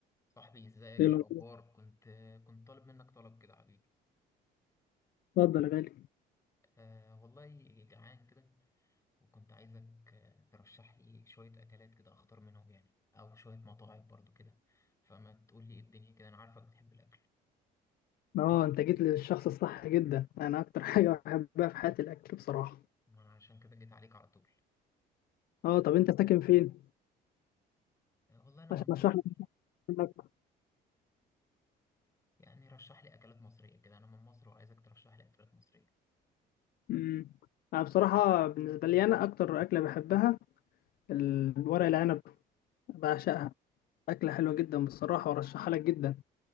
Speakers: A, on the left (about 20°); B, on the left (about 65°).
A: صاحبي ازيك
B: ايه الأخبار؟
A: ايه الاخبار كنت كنت طالب منك طلب كده يا حبيبي
B: اتفضل يا غالي
A: آه والله جعان كده وكنت عايزك آه، ترشح لي شويه اكلات كده اختار منهم يعني او شويه مطاعم برضو كده فما تقول لي ايه الدنيا كده انا عارفك بتحب الاكل
B: اه انت جيت للشخص الصح جدا انا اكتر <laughs> حاجه بحبها في حياتي الاكل بصراحه
A: ما انا عشان كده جيت عليك على طول
B: اه طب انت ساكن فين
A: آه والله انا من
B: عشان اشرح
A: مصر
B: لك منك
A: يعني رشح لي اكلات مصريه كده انا من مصر وعايزك ترشح لي اكلات مصريه
B: امم انا بصراحه بالنسبه لي انا اكتر اكله بحبها الورق العنب بعشقها اكله حلوه جدا بصراحه وارشحها لك جدا